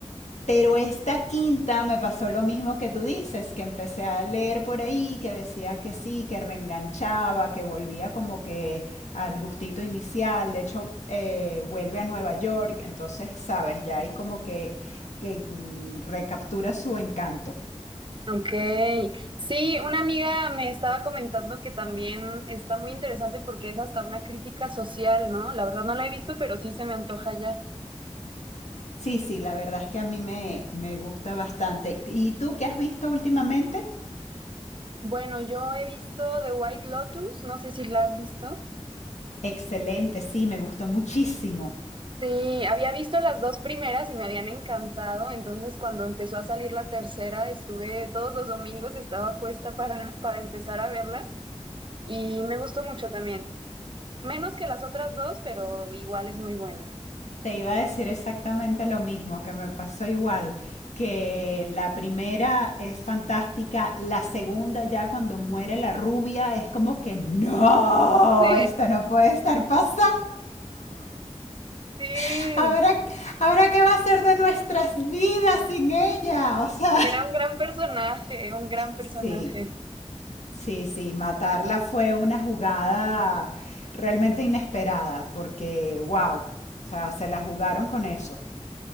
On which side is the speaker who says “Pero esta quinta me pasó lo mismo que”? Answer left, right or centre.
Left